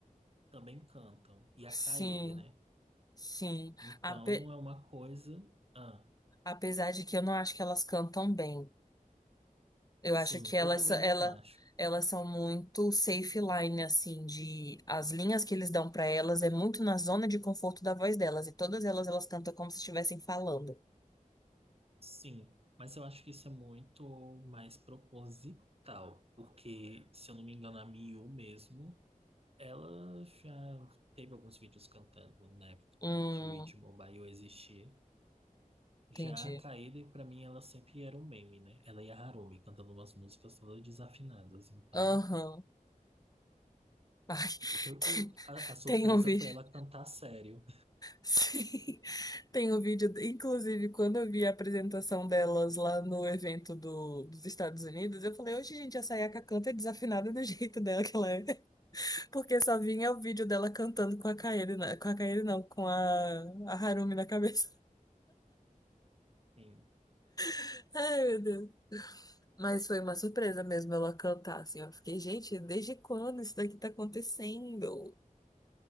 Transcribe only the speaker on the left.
sim,
sim.
Ape-
apesar de que eu não acho que elas cantam bem. Eu
acho que elas,
ela,
elas são muito safe line, assim, de as linhas que eles dão pra elas é muito na zona de conforto da voz delas. E todas elas, elas cantam como se estivessem falando.
Hum,
entendi.
Aham. Ai,
<laughs> tem,
tem um vídeo.
Sim, <laughs> tem um vídeo. Inclusive, quando eu vi a apresentação delas lá no evento do, dos Estados Unidos, eu falei, hoje, gente, a Sayaka canta é desafinada do <laughs> jeito dela que ela é. <laughs> Porque só vinha o vídeo dela cantando com a Kaede, na- com a Kaede não, com a, a Harumi na cabeça.
<laughs> Ai, meu Deus. Mas foi uma surpresa mesmo ela cantar, assim. Eu fiquei, gente, desde quando isso daqui tá acontecendo?